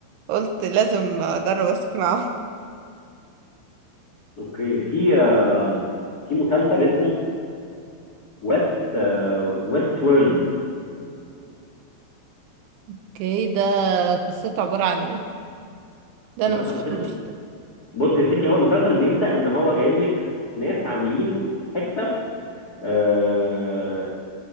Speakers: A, on the right (about 80°); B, on the left (about 65°).
A: قلت لازم اجرب اسمعه
B: اوكي في آه، في مسلسل اسمه ويست ويست وورلد
A: اوكي ده قصته عبارة عن ايه ده
B: ده
A: انا ما
B: قصته
A: شفتوش
B: بص يا ستي هو المسلسل بيبدأ ان هو جايب لك ناس عاملين حتة آه،